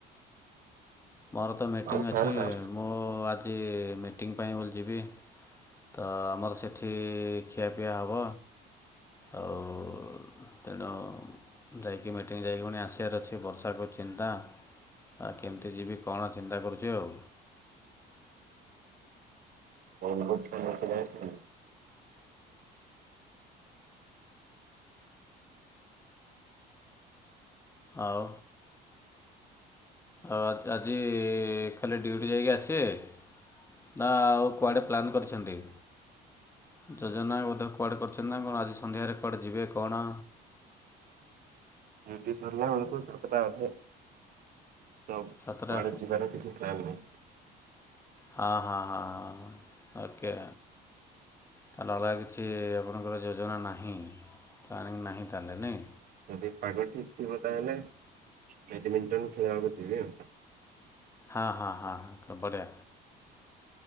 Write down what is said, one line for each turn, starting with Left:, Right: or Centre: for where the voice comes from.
Left: ମୋର ତ ମିଟିଂ
Right: ଆଉ ଖାଆନ୍ତା
Left: ଅଛି। ମୁଁ ଆଜ୍ ଆଜି ମିଟିଙ୍ଗ ପାଇଁ ବୋଲି ଯିବି ତ ଆମର ସେଠି ଖିଆପିଆ ହେବ ଆଉ ତେଣୁ ଯାଇକି ମିଟିଂ ଯାଇକି ପୁଣି ଆସିବାର ଅଛି। ବର୍ଷାକୁ ଚିନ୍ତା ଆଉ କେମିତି ଯିବି? କଣ ଚିନ୍ତା କରୁଚି ଆଉ।
Right: <inaudible>
Left: ଆଉ। ଆଉ ଆଜ ଆଜି ଖାଲି ଡ୍ୟୁଟି ଯାଇକି ଆସିବେ। ନା ଆଉ କୁଆଡ଼େ ପ୍ଲାନ୍ କରିଛନ୍ତି। ଯୋଜନା ବୋଧ କୁଆଡେ କରିଚନ୍ତି ନା କଣ ଆଜି। ସନ୍ଧ୍ୟାରେ କୁଆଡ଼େ ଯିବେ କଅଣ?
Right: ଡିଉଟି ସରଲା ବେଳକୁ ସତଟା ଅଧେ। ତ
Left: ସାତଟା
Right: କୁଆଡେ ଯିବାର କିଛି ପ୍ଲାାନ ନାହିଁ।
Left: ହଁ ହଁ ହଁ ହଁ ହଁ। ଓକେ। ତାହେଲେ ଅଲଗା କିଛି ଆପଣଙ୍କର ଯୋଜନା ନାହିଁ। ପ୍ଲାନିଂ ନାହିଁ ତାହେଲେ ନାଇଁ।
Right: ଯଦି ପାଗ ଠିକ ଥିବ ତାହେଲେ ବେଡମିଣ୍ଟନ ଖେଳିବାକୁ ଯିବି ଆଉ।
Left: ହଁ ହଁ ହଁ ବଢିଆ।